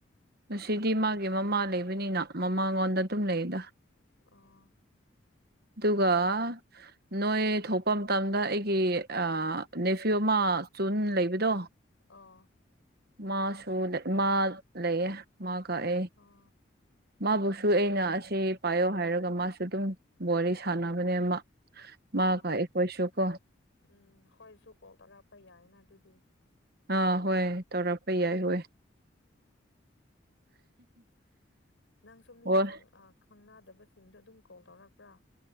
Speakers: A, on the right; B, on the left.
A: ꯉꯁꯤꯗꯤ ꯃꯥꯒꯤ ꯃꯃꯥ ꯂꯩꯕꯅꯤꯅ ꯃꯃꯥꯉꯣꯟꯗ ꯑꯗꯨꯝ ꯂꯩꯗ
B: ꯑꯣ
A: <inaudible> ꯑꯗꯨꯒ ꯅꯣꯏ ꯊꯣꯛꯄ ꯃꯇꯝꯗ ꯑꯩꯒꯤ ꯅꯦꯐꯤꯌꯨꯃ ꯆꯨꯟ ꯂꯩꯕꯗꯣ
B: ꯑꯥ
A: ꯃꯥꯁꯨ ꯃꯥ ꯂꯩꯑꯦ ꯃꯥ ꯀꯛꯑꯦ
B: ꯑꯣ
A: ꯃꯥꯕꯨꯁꯨ ꯑꯩꯅ ꯑꯁꯤ ꯄꯥꯏꯌꯣ ꯍꯥꯏꯔꯒ ꯃꯥꯁꯨ ꯑꯗꯨꯝ ꯋꯥꯔꯤ ꯁꯥꯟꯅꯕꯅꯦ ꯃꯥꯒ
B: ꯑꯣ
A: ꯑꯈꯣꯏꯁꯨꯀꯣ
B: ꯎꯝ ꯈꯣꯏꯁꯨ ꯀꯣꯜ ꯇꯧꯔꯛꯄ ꯌꯥꯏꯅ ꯑꯗꯨꯗꯤ
A: ꯑꯥ ꯍꯣꯏ ꯇꯧꯔꯄꯩ ꯌꯥꯏ ꯍꯣꯏ
B: ꯅꯪꯁꯨꯨ ꯃꯤ
A: ꯍꯣꯏ
B: ꯈꯪꯅꯗꯕꯁꯤꯡꯗꯣ ꯑꯗꯨꯝ ꯀꯣꯜ ꯇꯧꯔꯛꯄ꯭ꯔꯥ